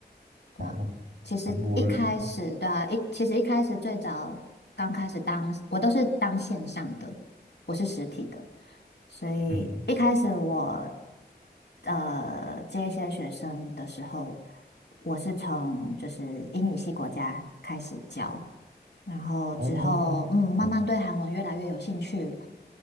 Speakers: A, on the left; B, on the right.
A: 对啊，
B: 哦，
A: 其实一开始，
B: 韩国人，
A: 对啊，一其实一开始最早刚开始当，我都是当线上的，不是实体的，所以一开始我
B: 嗯，
A: 呃接一些学生的时候，我是从就是英语系国家开始教，然后之后，
B: 哦，
A: 嗯，慢慢对韩文越来越有兴趣。
B: 嗯，